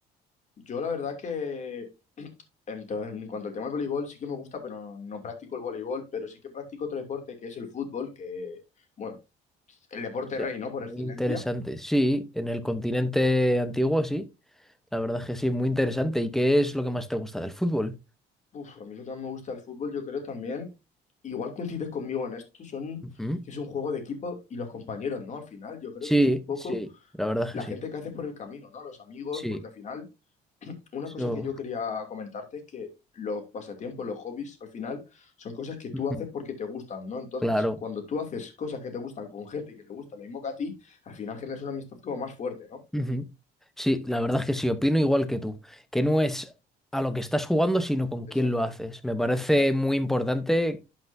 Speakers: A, on the left (about 45°); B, in the centre.
A: Yo la verdad que <clears throat> en, to- en cuanto al tema del voleibol sí que me gusta, pero no practico el voleibol, pero sí que practico otro deporte que es el fútbol, que bueno, el deporte
B: Ya,
A: rey, ¿no? Por
B: Muy
A: excelencia.
B: interesante. Sí, en el continente antiguo, sí. La verdad es que sí, muy interesante. ¿Y qué es lo que más te gusta del fútbol?
A: Uf, a mí lo que más me gusta del fútbol, yo creo también, igual coincides conmigo en esto, son
B: Ujú.
A: que es un juego de equipo y los compañeros, ¿no? Al final, yo creo
B: Sí,
A: que es un poco
B: sí, la verdad es
A: la
B: que
A: gente
B: sí.
A: que haces por el camino, ¿no? Los amigos,
B: Sí,
A: porque al final Una
B: eso.
A: cosa que yo quería comentarte es que los pasatiempos, los hobbies, al final son cosas que tú
B: Ujú.
A: haces porque te gustan, ¿no? Entonces,
B: Claro.
A: cuando tú haces cosas que te gustan con gente que le gusta lo mismo que a ti, al final generas una amistad como más fuerte, ¿no?
B: Ujú. Sí, la verdad es que sí, opino igual que tú, que no es a lo que estás jugando, sino con quién
A: Exacto,
B: lo haces. Me parece
A: exacto,
B: muy importante